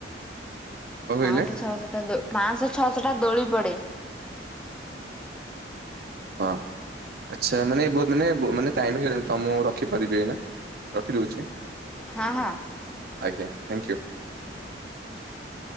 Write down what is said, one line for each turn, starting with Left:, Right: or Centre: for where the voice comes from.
Right: କଣ କହିଲେ?
Centre: ପାଞ୍ଚଶହ ଛଅଶହଟା ଦୋ ପାଞ୍ଚଶହ ଛଅଶହ ଟା ଦୋଳି ପଡେ!
Right: <inaudible> ହଁ! ଆଚ୍ଛା, ମାନେ, ବହୁତ୍ ମାନେ ମାନେ ଟାଇମ୍ ହେଇଗଲାଣି ତ ମୁଁ ରଖିପାରିବି ଏଇନା? ରଖିଦଉଛି!
Centre: ହଁ, ହଁ!
Right: ଆଜ୍ଞା, ଥ୍ୟାଙ୍କ ୟୁ!
Centre: ହଁ <inaudible>